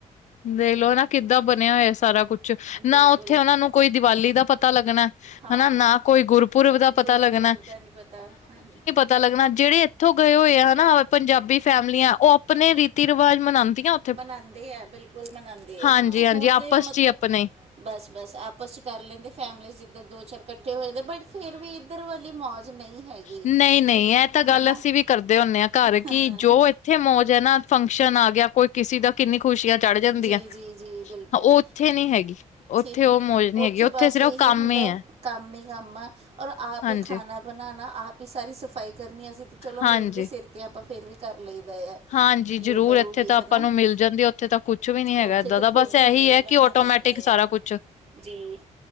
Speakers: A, on the left (about 65°); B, on the right (about 55°).
A: ਦੇਖ ਲੋ ਹਨਾ ਕਿੱਦਾਂ ਬਣਿਆ ਹੋਇਆ ਸਾਰਾ ਕੁਛ ਨਾ
B: ਬਿਲਕੁਲ
A: ਉੱਥੇ ਉਹਨਾਂ ਨੂੰ ਕੋਈ ਦੀਵਾਲੀ ਦਾ ਪਤਾ ਲੱਗਣੈ
B: ਹਾਂ
A: ਹਨਾ ਨਾ ਕੋਈ ਗੁਰਪੁਰਬ ਦਾ ਪਤਾ
B: ਗੁਰਪੁਰਬ
A: ਲੱਗਣੈ
B: ਦਾ ਨਹੀਂ ਪਤਾ ਹਾਂਜੀ
A: ਪਤਾ ਲੱਗਣੈ ਜਿਹੜੇ ਇੱਥੋਂ ਗਏ ਹੋਏ ਆ ਹਨਾ ਪੰਜਾਬੀ ਫੈਮਲੀਆਂ ਉਹ ਆਪਣੇ ਰੀਤੀ ਰਿਵਾਜ ਮਨਾਂਦੀਆਂ
B: ਮਨਾਂਦੇ ਐ ਬਿਲਕੁਲ ਮਨਾਂਦੇ
A: ਹਾਂਜੀ
B: ਐ ਹਾਂ
A: ਹਾਂਜੀ
B: ਹੁਣ
A: ਆਪਸ
B: ਤੇ ਮਤਲਬ
A: ਚ ਹੀ ਆਪਣੇ
B: ਬਸ-ਬਸ ਆਪਸ ਚ ਕਰ ਲੈਂਦੇ ਫੈਮਲੀਜ਼ ਜਿੱਦਾ ਦੋ ਚਾਰ ਇਕੱਠੇ ਹੋਏ ਤੇ ਬਟ ਫੇਰ ਵੀ ਇੱਧਰ ਵਾਲੀ ਮੌਜ ਨਹੀਂ ਹੈਗੀ
A: ਨਹੀਂ-ਨਹੀਂ ਇਹ ਤਾਂ ਗੱਲ
B: ਹਨਾ
A: ਅਸੀਂ ਵੀ ਕਰਦੇ ਹੁੰਨੇ ਹਾਂ ਘਰ ਕਿ
B: ਹਾਂ
A: ਜੋ ਇੱਥੇ ਮੌਜ ਹੈ ਨਾ ਫੰਕਸ਼ਨ ਆ ਗਿਆ ਕੋਈ ਕਿਸੇ ਦਾ ਕਿੰਨੀ ਖੁਸ਼ੀਆਂ ਚੜ ਜਾਂਦੀਐ
B: ਜੀ ਜੀ ਜੀ ਬਿਲਕੁਲ
A: ਉਹ ਉੱਥੇ ਨਹੀਂ ਹੈਗੀ ਉੱਥੇ
B: ਨਹੀਂ
A: ਉਹ ਮੌਜ ਨਹੀ ਹੈਗੀ ਤਾਂ ਉੱਥੇ
B: ਬਸ
A: ਸਿਰਫ
B: ਇਹੀ
A: ਕੰਮ
B: ਹੁੰਦਾ
A: ਹੀ ਹੈ
B: ਕੰਮ ਹੀ ਕੰਮ ਆ ਔਰ ਆਪ
A: ਹਾਂਜੀ
B: ਹੀ ਖਾਣਾ ਬਣਾਣਾ ਆਪ ਹੀ ਸਾਰੀ ਸਫਾਈ ਕਰਨੀ ਅਸੀਂ ਤੇ ਚਲੋ
A: ਹਾਂਜੀ।
B: ਮੇਡ ਦੇ ਸਿਰ ਤੇ ਆਪਾਂ ਫੇਰ ਵੀ ਕਰ ਲਈਦਾ ਆ
A: ਹਾਂਜੀ
B: ਵੀ
A: ਜ਼ਰੂਰ
B: ਉਹ ਕਰੂਗੀ
A: ਇੱਥੇ ਤਾਂ ਆਪਾਂ
B: ਹੈ ਨਾ
A: ਨੂੰ ਮਿਲ ਜਾਂਦੀ ਇੱਥੇ ਤਾਂ ਕੁੱਛ ਵੀ ਨੀ ਹੈਗਾ
B: ਉੱਥੇ
A: ਇੱਦਾਂ
B: ਤਾਂ
A: ਦਾ
B: ਖੁਦ
A: ਬਸ
B: ਹੀ
A: ਇਹੀ
B: ਮੇਡ
A: ਹੈ
B: ਬਣਨਾ
A: ਕਿ ਆਟੋਮੈਟਿਕ
B: ਪੈਂਦਾ
A: ਸਾਰਾ
B: ਆ
A: ਕੁਛ
B: ਜੀ